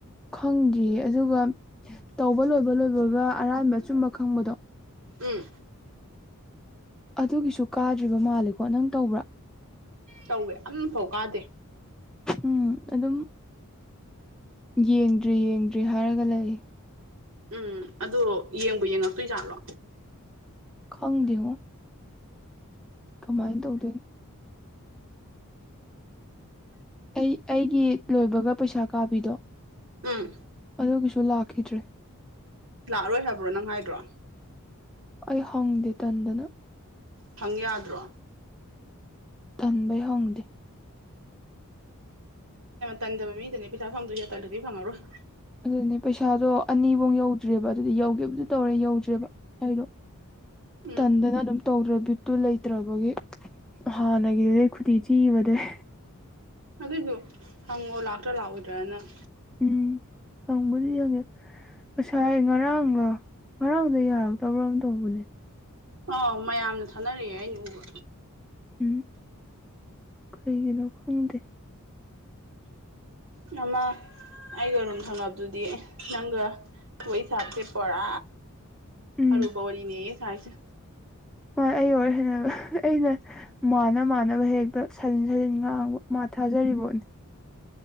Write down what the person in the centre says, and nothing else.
ꯈꯪꯗꯤꯌꯦ ꯑꯗꯨꯒ ꯇꯧꯕ ꯂꯣꯏꯕ ꯂꯣꯏꯕꯒ ꯑꯔꯥꯟꯕ ꯑꯆꯨꯝꯕ ꯈꯪꯕꯗꯣ
ꯑꯗꯨꯒꯤꯁꯨ ꯀꯥꯗ꯭ꯔꯤꯕ ꯃꯥꯜꯂꯦꯀꯣ ꯅꯪ ꯇꯧꯕ꯭ꯔꯥ
ꯎꯝ ꯑꯗꯨꯝ ꯌꯦꯡꯗ꯭ꯔꯤ ꯌꯦꯡꯗ꯭ꯔꯤ ꯍꯥꯏꯔꯒ ꯂꯩ
ꯈꯪꯗꯧꯉꫭ ꯀꯃꯥꯏꯅ ꯇꯧꯗꯣꯏꯅꯣ ꯑꯩ ꯑꯩꯒꯤ ꯂꯣꯏꯕꯒ ꯄꯩꯁꯥ ꯀꯥꯕꯤꯗꯣ
ꯑꯗꯨꯒꯤꯁꯨ ꯂꯥꯛꯈꯤꯗ꯭ꯔꯦ꯫
ꯑꯩ ꯍꯪꯗꯦ ꯇꯟꯗꯅ
ꯇꯟꯕꯩ ꯍꯧꯗꯦ
ꯑꯗꯨꯅꯦ ꯄꯩꯁꯥꯗꯣ ꯑꯅꯤꯕꯧ ꯌꯧꯗ꯭ꯔꯤꯕ ꯑꯗꯨꯗꯤ ꯌꯧꯒꯦꯕꯨꯗꯤ ꯇꯧꯔꯦ ꯌꯧꯗ꯭ꯔꯦꯕ ꯑꯩꯗꫭ
ꯇꯟꯗꯅ ꯑꯗꯨꯝ ꯇꯧꯗ꯭ꯔꯦ ꯕꯤꯠꯇꯨ ꯂꯩꯇ꯭ꯔꯕꯒꯤ ꯍꯥꯟꯅꯒꯤꯗꯨꯗꯩ ꯈꯨꯗꯤ ꯊꯤꯒꯤꯕꯗꯩ
ꯎꯝ ꯍꯪꯕꯨꯗꯤ ꯍꯒꯉꯦ ꯉꯁꯥꯏ ꯉꯔꯥꯡꯂ ꯉꯔꯥꯡꯗ ꯌꯥꯔꯛꯇꯕ꯭ꯔꯥ ꯃꯥ ꯇꯧꯕꯅꯦ
ꯎꯝ ꯀꯩꯒꯤꯅꯣ ꯈꯪꯗꯦ
ꯎꯝ
ꯍꯣꯏ ꯑꯩꯒꯥ‌ ꯋꯥꯔꯤ ꯁꯥꯟꯅꯕ ꯑꯩꯅ ꯃꯥꯅ ꯃꯥꯥꯟꯅꯕ ꯍꯦꯛꯇ ꯁꯥꯖꯤꯟ ꯁꯥꯖꯤꯟ ꯉꯥꯡꯕ ꯃꯥ ꯊꯥꯖꯔꯤꯕꯣꯅꯤ